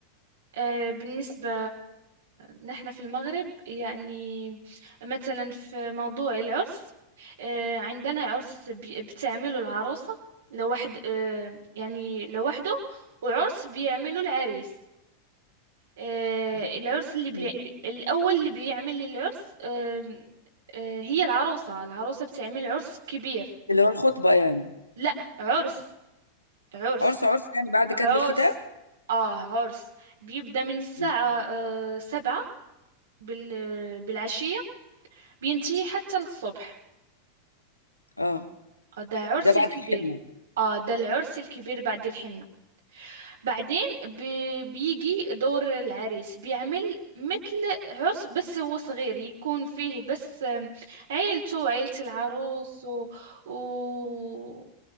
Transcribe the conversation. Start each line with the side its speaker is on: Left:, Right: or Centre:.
Right: آه، بالنسبة نحن في المغرب يعني مثلا في موضوع العرس آه، عندنا عرس بي- بتعمله العروسة لوحد آه، يعني لوحده وعرس بيعمله العريس آه،
Left: ده-
Right: العرس اللي بلي...
Left: مم.
Right: الأول اللي بيعمل العرس آم، آه، هي العروسة العروسة بتعمل عرس كبير
Left: اللي هو الخطبة يعني
Right: لا عرس عرس
Left: عرس عرس يعني بعد
Right: عرس
Left: كتب الكتاب
Right: اه عرس بيبدأ من الساعة
Left: مم.
Right: آه، سبعة بال... بالعشية بينتهي حتى للصبح
Left: اه
Right: آه، ده عرس
Left: ده بعد
Right: الكبير
Left: الحنة
Right: اه ده العرس الكبير بعد الحنة بعدين بي- بيجي دور العريس بيعمل مثل عرس بس هو صغير يكون فيه بس آم، عيلته وعيلة العروس و... و...